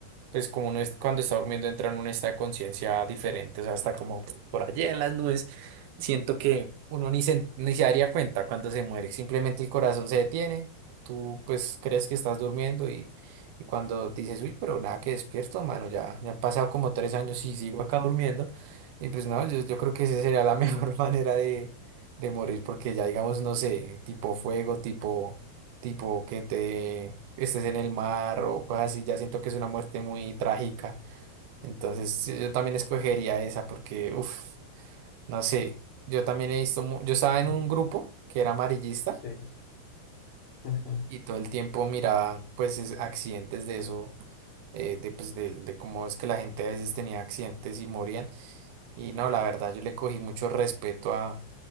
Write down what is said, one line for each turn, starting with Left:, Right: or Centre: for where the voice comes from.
Right: pues como uno es, cuando está durmiendo entra en un estado de conciencia diferente, o sea, hasta como por allá en las nubes, siento que uno ni se, ni se daría cuenta cuando se muere, simplemente el corazón se detiene, tú pues crees que estás durmiendo y, y cuando dices, uy, pero nada que despierto, mano, ya, ya han pasado como tres años y sigo acá durmiendo. Y pues no, yo, yo creo que esa sería la mejor <laughs> manera de, de morir, porque ya digamos, no sé, tipo fuego, tipo, tipo que te estés en el mar o cosas así, ya siento que es una muerte muy trágica. Entonces sí, yo también escogería esa porque, uff, no sé, yo también he visto, mu- yo estaba
Left: Mm,
Right: en un grupo que era amarillista
Left: Sí. <laughs>
Right: y todo el tiempo miraba pues es- accidentes de eso, eh, de, pues, de, de cómo es que la gente a veces tenía accidentes y morían. Y no, la verdad, yo le cogí mucho respeto a,